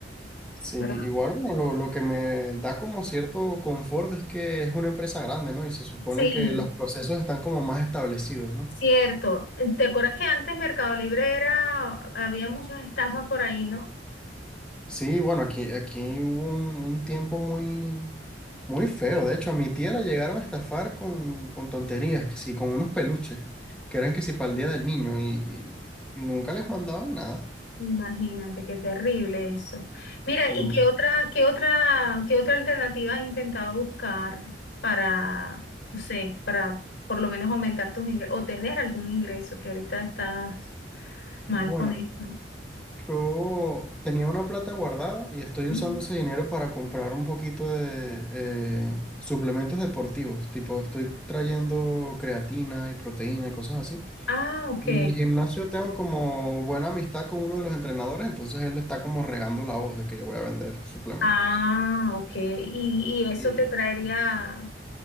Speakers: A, in the centre; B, on the left.
A: sí,
B: ¿Verdad?
A: igual, bueno, lo, lo que me da como cierto confort es que es una empresa grande, ¿no? Y se supone
B: Sí,
A: que los procesos están como más establecidos, ¿no?
B: cierto. ¿Te acuerdas que antes Mercado Libre era, había muchas estafas por ahí, ¿no?
A: Sí, bueno, aquí, aquí hubo un, un tiempo muy, muy feo. De hecho, a mi tía la llegaron a estafar con, con tonterías, que sí, con unos peluches, que eran que sí para el Día del Niño, y, y- y nunca les mandaban nada.
B: Imagínate, qué terrible eso. Mira,
A: Sí.
B: ¿y Sí. qué otra, qué otra, qué otra alternativa has intentado buscar para, no sé, para por lo menos aumentar tus ingresos o tener algún ingreso que ahorita estás mal
A: Bueno,
B: con eso?
A: yo tenía una plata guardada y estoy
B: Ujú.
A: usando ese dinero para comprar un poquito de eh, suplementos deportivos, tipo estoy trayendo creatina y proteína y cosas así.
B: Ah, ok.
A: En el gimnasio tengo como buena amistad con uno de los entrenadores, entonces él está como regando la voz de que yo voy a vender suplementos.
B: Ah, ok. ¿Y, y eso
A: Y
B: te traería,